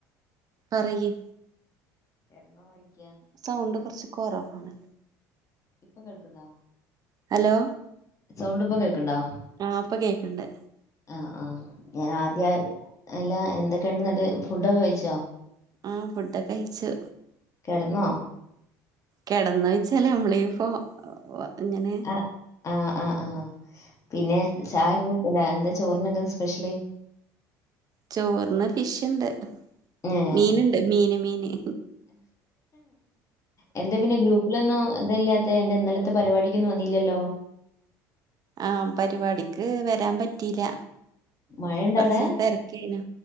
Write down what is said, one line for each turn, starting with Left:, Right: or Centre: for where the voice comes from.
Right: പറയ്.
Left: കടന്ന പോയി.
Right: സൗണ്ട് കുറച്ച് കുറവാണ്.
Left: ഇപ്പം കേൾക്ക്ണ്ടോ?
Right: ഹലോ?
Left: സൗണ്ട് ഇപ്പം കേൾക്കണ്ടോ?
Right: ആ, ഇപ്പൊ കേക്ക്ണ്ടേ.
Left: ആ ആ ഞാൻ ആദ്യ അല്ല, എന്തൊക്കെയ ഉണ്ട്? എന്നിട്ട് ഫുഡൊക്കെ കഴിച്ചോ?
Right: ആ, ഫുഡൊകെ കഴിച്ച്
Left: കിടന്നോ
Right: കിടന്ന്. <unintelligible> അങ്ങനെ
Left: ആഹ് ആഹ് ആഹ് ആഹ് പിന്നെ, ചായന്ത്കെല എന്താ ചോറിനൊക്കെ സ്പെഷ്യല്?
Right: ചോറിന്ന് ഫിഷ്ണ്ട്,
Left: ഏഹ്
Right: മീൻുണ്ട്... മീന്, മീന്!
Left: എന്റെ പിന്നെ ഗ്രൂപ്പിലൊന്നും ഇതല്ലാത്തെ? എന്തേ ഇന്നല ഇത്തെ പരിപാടിക്കൊന്നും വന്നില്ലല്ലോ?
Right: ആ, പരിപാടിക്ക് വരാൻ പറ്റില്ല.
Left: മഴണ്ടോ
Right: കൊറച്ച്
Left: അവിടെ
Right: തിരക്കേയ്നു.